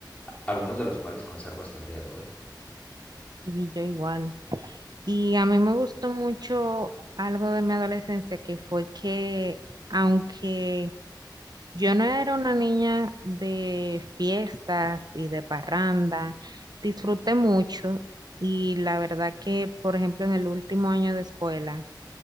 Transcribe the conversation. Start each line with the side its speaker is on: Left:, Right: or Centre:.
Left: algunos de los cuales conservo hasta el día de hoy.
Right: Y yo igual. Y a mí me gustó mucho algo de mi adolescencia que fue que aunque Yo no era una niña de fiestas y de parranda, disfruté mucho y la verdad que, por ejemplo, en el último año de escuela